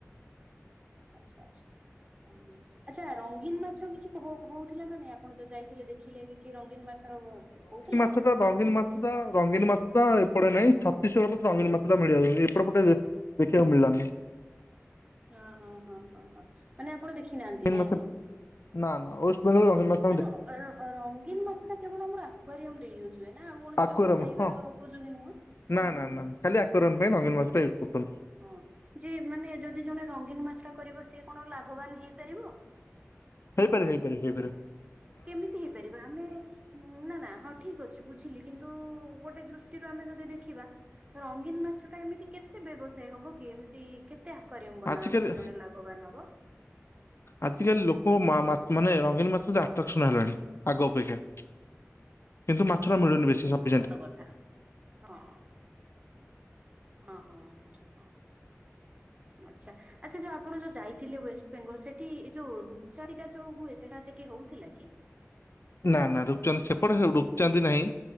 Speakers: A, on the right (about 25°); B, on the left (about 55°).
A: ଆଚ୍ଛା ଆଚ୍ଛା ହ ଆଚ୍ଛା ରଙ୍ଗୀନ୍ ମାଛ କିଛି ହୋ ହଉଥିଲା ନା ନାଇଁ ଆପ ଆପଣ ଯ ଯାଇଥିଲେ ଦେଖିଲେ କିଛି ରଙ୍ଗୀନ୍ ମାଛର କହୁଥିଲା।
B: ସେଟା ରଙ୍ଗୀନ୍ ମାଛା ରଙ୍ଗୀନ୍ ମାଛଟା ଏପଟେ ନାହିଁ ଛତିଶଗଡ଼ ପଟେ ରଙ୍ଗୀନ୍ ମାଛ ଟା ମିଳିଯାଉ ଏପଟେ ପଟେ ଯେ ଦେଖିବାକୁ ମିଳିଲାନି।
A: ଓ ହଁ ହଁ ହଁ ମାନେ ଆପଣ ଦେଖି ନାହାନ୍ତି
B: ରଙ୍ଗୀନ
A: ନାଇଁ
B: ମାଛ
A: କି?
B: ନା ନା ୱେଷ୍ଟ୍ ବେଙ୍ଗଲ ଲ
A: ର ରଙ୍ଗୀନ୍ ମାଛ ଟା କେବଳ ଆମର ଆସ୍ପାରିୟମ ରେ ୟୁଜ୍ ହୁଏ ନା ଆଉ କଣ ସେଇଟାକୁ
B: ଆକ୍ୱାରିୟମ
A: ତ ଖାଇବାର
B: ହଁ
A: ଉପଯୋଗୀ ନୁହଁ?
B: ନା ନା ନା ଖାଲି ଆକରମ୍ ପାଇଁ ମାଛ ଟା ପାଇଁ ୟୁଜ୍ କରୁଛନ୍ତି।
A: ହଁ ଯେ ମାନେ ଯଦି ଜଣେ ରଙ୍ଗୀନ୍ ମାଛଟା କରିବ ସିଏ କଣ ଲାଭବାନ ହେଇପାରିବ?
B: ହେଇପାରିବେ ହେଇପାରିବେ ହେଇପାରିବେ।
A: କେମିତି ହେଇପାରିବେ ଆମେ ହୁଁ ନା ନା ହଁ ଠିକ୍ ଅଛି ବୁଝିଲି କିନ୍ତୁ ଗୋଟେ ଦୃଷ୍ଟିରୁ ଆମେ ଯଦି ଦେଖିବା ରଙ୍ଗୀନ୍ ମାଛ ଟା ଏମିତି କେତେ ବ୍ୟବସାୟ ହବ କି ଏମିତି କେତେ ଆକରିଅମ୍ ବନା
B: ଆଜିକାଲି
A: ହବ ଯେ ଜଣେ ଲାଭବାନ ହବ?
B: ଆଜିକାଲି ଲୋକ ମାନେ ମା ରଙ୍ଗୀନ୍ ମାଛ ଆଟ୍ରାକ୍ସନ ହେଲାଣି ଆଗ ଅପେକ୍ଷା। କିନ୍ତୁ ମାଛର ମିଳୁନି ବେଶୀ ସଫିସେଣ୍ଟ୍
A: ବଧା। ହଁ ହଁ ହଁ ହଁ ହଁ ଆଚ୍ଛା ଆଚ୍ଛା ଯୋଉ ଆପଣ ଯୋଉ ଯାଇଥିଲେ ୱେଷ୍ଟବେଙ୍ଗଲ ସେଠି ଏ ଯୋଉ ରୂପଚାଟା ଯୋଉ ହୁଏ ସେଟା ସେଠି ହଉଥିଲା କି?
B: ନା ନା ରୁକ୍ ଚାନ୍ଦି ସେପଟେ ରୁକ୍ ଚାନ୍ଦି ନାହିଁ